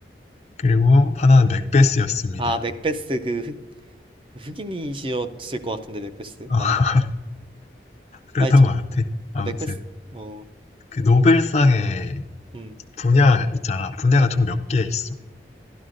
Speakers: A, on the left; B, on the right.
A: 그리고 하나는 맥베스였습니다.
B: 아, 맥베스 그 흑, 흑인이셨을 것 같은데 맥베스
A: 어,
B: 맞나?
A: <laughs> 그랬던
B: 아니 참,
A: 것 같아. 아무튼
B: 어, 맥베스 어,
A: 그 노벨상의
B: 음,
A: 분야 있잖아. 분야가 총 몇 개 있어.